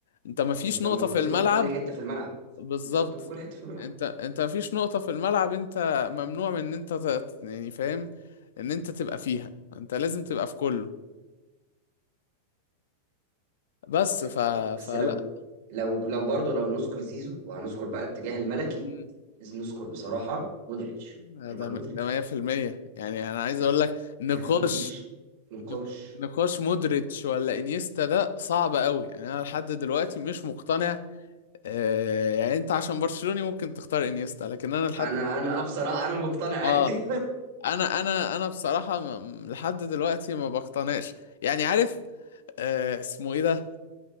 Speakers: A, on the left (about 75°); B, on the right (about 40°).
A: انت ما فيش
B: انت
A: نقطة
B: المفروض
A: في الملعب
B: تبقى في كل حته في الملعب
A: بالظبط
B: انت المفروض تبقى في كل حته في الملعب
A: انت انت ما فيش نقطة في الملعب انت ممنوع من ان انت ت- يعني فاهم ان انت تبقى فيها انت لازم تبقى في كله بس
B: ده-
A: ف...
B: ده- بس
A: فلا
B: لو لو لو برضه لو نذكر زيزو وهنذكر بقى الاتجاه الملكي
A: مم.
B: لازم نذكر بصراحه مودريتش
A: ده
B: لوكا
A: ده
B: مودريتش
A: 100% يعني انا عايز اقول لك نقاش
B: ها مفيش نقاش
A: نق- نقاش مودريتش ولا انيستا ده صعب قوي يعني انا لحد دلوقتي مش مقتنع آه يعني انت عشان برشلوني ممكن تختار انيستا لكن انا لحد
B: انا انا آه، بصراحه انا مقتنع عادي
A: اه انا انا انا بصراحة م- م- لحد دلوقتي ما بقتنعش يعني عارف آه اسمه ايه ده